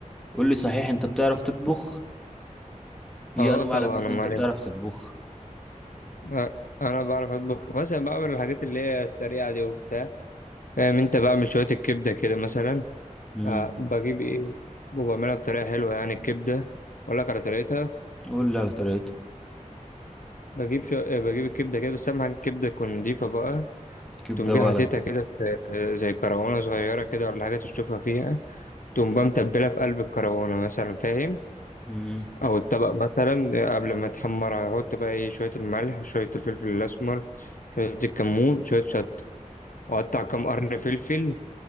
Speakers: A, in the centre; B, on the left.
A: قول لي صحيح انت بتعرف تطبخ ايه
B: اه
A: انواع
B: طبعا
A: الاكلات اللي
B: امال
A: انت بتعرف
B: إيه؟
A: تطبخ
B: آه، انا بعرف اطبخ مثلا بعمل الحاجات اللي هي السريعه دي وبتاع فاهم انت بعمل شويه الكبده كده مثلا
A: امم
B: آه بجيب ايه وبعملها بطريقه حلوه يعني الكبده اقول لك على طريقتها
A: قول لي على طريقتها
B: بجيب شو... آه، بجيب الكبدة كده بس أهم حاجة الكبدة تكون نضيفة بقى
A: كبده
B: تقوم جاي
A: بلدي
B: حاططها كده في آه، زي كروانة صغيرة كده ولا حاجة تشطفها فيها تقوم بقى متبلها في قلب الكروانة مثلا فاهم
A: امم
B: أو الطبق مثلا آه، قبل ما تحمر هحط بقى إيه شوية الملح شوية الفلفل الأسمر شوية الكمون شوية شطة وأقطع كام قرن فلفل